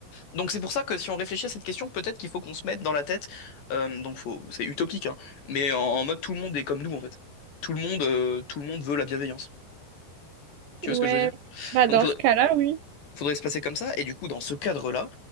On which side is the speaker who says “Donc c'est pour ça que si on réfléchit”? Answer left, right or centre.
Left